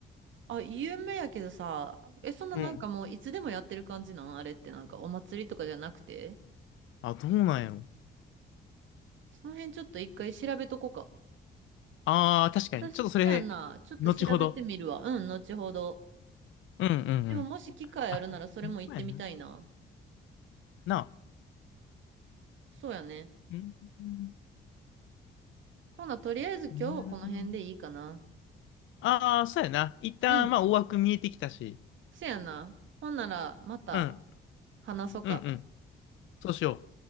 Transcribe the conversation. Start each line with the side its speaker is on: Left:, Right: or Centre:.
Right: あ、有名やけどさ、え、そんななんかもういつでもやってる感じなんあれってなんかお祭りとかじゃなくて
Left: うん。あ、どうなんやろ。
Right: その辺ちょっと一回調べとこうか。
Left: ああ、確かに。
Right: 私、
Left: ちょっとそれ、
Right: そうやんな。ちょっと調べてみるわ。
Left: 後ほど。
Right: うん、後ほど。
Left: うん、うん、
Right: でももし機会あるならそれも行ってみたいな。
Left: うん。あ、ほんまやな。なあ。
Right: そうやね。
Left: うん、う
Right: ほな、とりあえず今日はこの辺でいいかな。
Left: んなるほどね。ああ、そうやな。一旦、
Right: うん、
Left: まあ、大枠見えてきたし。
Right: せやな。ほんならまた
Left: うん、
Right: 話そうか。
Left: うん、うん。そうしよう。